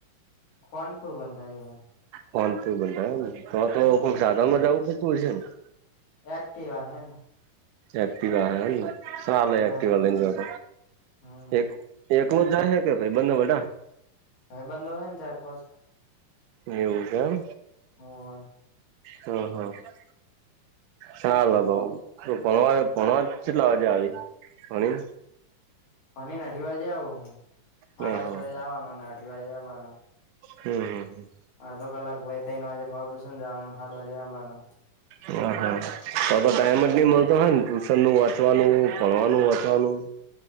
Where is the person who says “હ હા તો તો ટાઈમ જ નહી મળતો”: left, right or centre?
Right